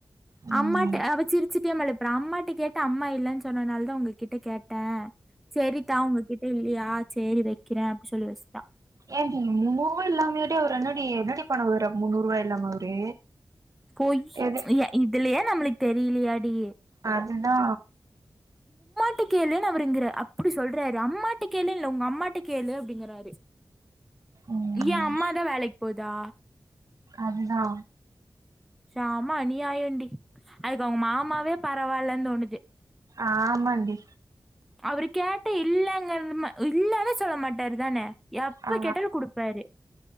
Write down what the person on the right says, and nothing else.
ம்
ஏன்டி முன்னூறு ரூவாய் இல்லாமையாடி அவுரு என்னடி என்னடி பன்னுவாரு முன்னூறு ரூபாய் இல்லாம அவரு
எது
அதுதா
ம்
அதுதா
ஆமாண்டி
ஆ